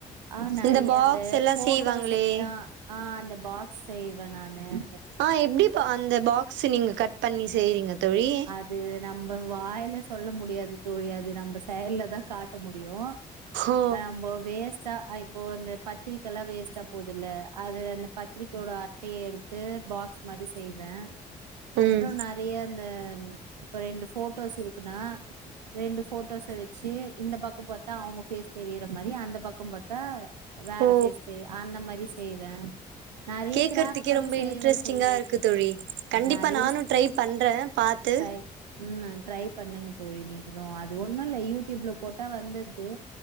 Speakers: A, on the right; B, on the right.
A: ஆ நிறைய
B: இந்த பாக்ஸ்
A: அந்த
B: எல்லா
A: போட்டோஸ்
B: செய்வாங்களே
A: ஆ ஆ அந்த பாக்ஸ் செய்வ நானெ அந்த
B: ஆ எப்படி அந்த பாக்ஸ் நீங்க கட் பண்ணி செய்யறீங்க தோழி
A: அது நம்ம வாயில சொல்ல முடியாது தோழி அது நம்ம செயல்லதா காட்ட முடியும்
B: ஓ
A: ஆ அம்மொ வேஸ்டா ஐபோ பத்திரிக்கலா வேஸ்ட்தா போதுல அது அந்த பத்திரிக்கையோட அட்டைய எடுத்து பாக்ஸ் மாரி செய்வ அப்புறம்
B: ம்
A: நிறைய இந்த இப்ப ரெண்டு போடோஸ் இருக்குனா ரெண்டு போடோஸ வச்சு இந்த பக்கம் பாத்தா அவங்க பேஸ் தெரியற மாரி அந்த பக்கம் பாத்தா வேற
B: ஓ
A: பேஸ் தெரி அந்த மாரி செய்வ நறைய
B: கேக்குறதுக்கே
A: கிராப்ட் ஒர்க்
B: ரொம்ப
A: செய்வ
B: இன்ட்ரெஸ்டிங்கா
A: செய்
B: இருக்கு தோழி கண்டிப்பா
A: நறைய
B: நானு ட்ரை பண்ற பாத்
A: தை ம் ட்ரை பண்ணுங்க தோழி நீங்களு அது ஒண்ணு இல்ல யூ ட்யூப்ல போட்டா வந்துது